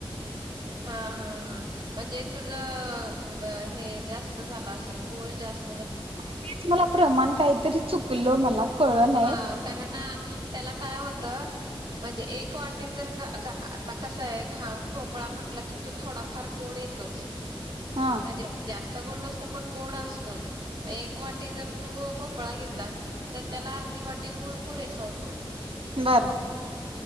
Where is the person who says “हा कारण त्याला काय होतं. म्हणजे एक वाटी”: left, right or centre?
Right